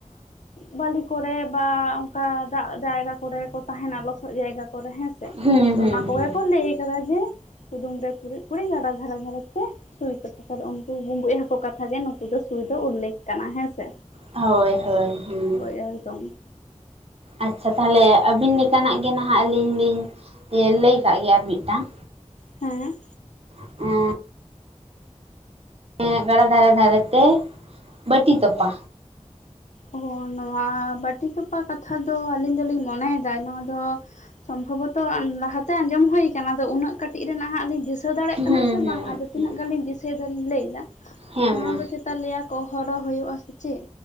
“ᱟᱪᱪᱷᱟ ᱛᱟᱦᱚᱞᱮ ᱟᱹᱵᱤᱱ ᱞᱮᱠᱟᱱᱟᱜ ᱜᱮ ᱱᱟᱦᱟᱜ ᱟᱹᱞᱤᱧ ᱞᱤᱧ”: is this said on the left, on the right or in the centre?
Right